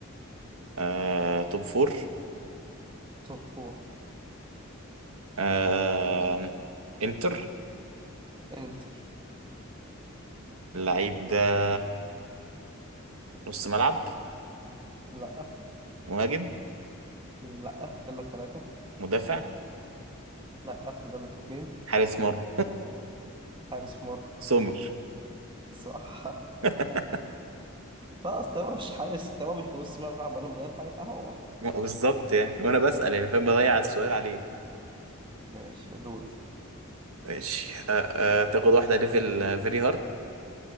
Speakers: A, on the right; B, on the right.
A: آه توب فور
B: توب فور
A: آه انتر
B: إنتر
A: اللعيب ده نص ملعب
B: لا
A: مهاجم
B: لا فاضل لك ثلاثة
A: مدافع
B: لا فاضل لك اتنين
A: حارس مرمى
B: حارس مرمى
A: سومر
B: <laughs> صح
A: <laughs>
B: خلاص تمام مش حارس تمام مش في نص ملعب ولا مدافع يبقى هو
A: بالظبط يعني وانا بسال يعني فاهم بضيع السؤال عليه
B: ماشي يا دوري
A: ماشي أه أه تاخد واحدة ليفل فيري هارد